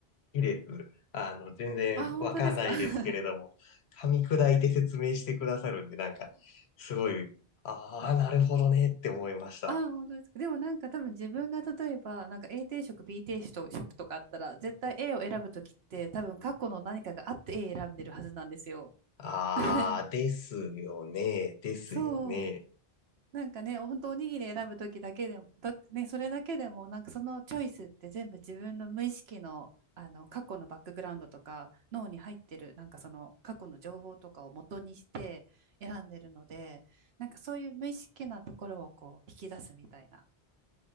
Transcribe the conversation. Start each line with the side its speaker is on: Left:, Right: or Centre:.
Left: いいです。あの、全然わかんないですけれども、
Right: あ、本当ですか <laughs>
Left: 噛み砕いて説明してくださるんで、なんか、すごい、あー、なるほどねって思いました。
Right: あ、本当ですか。でもなんか多分自分が例えば、なんか A 定食、B 定食とかあったら、絶対 A を選ぶときって多分過去の何かがあって A 選んでるはずなんですよ
Left: あー、
Right: <laughs>。
Left: ですよね、ですよね。
Right: そう。なんかね、本当おにぎり選ぶときだけでも、だ、ね、それだけでも、なんかそのチョイスって全部自分の無意識の、あの過去のバックグラウンドとか脳に入ってるなんかその過去の情報とかを元にして選んでるのでなんかそういう無意識なところをこう引き出すみたいな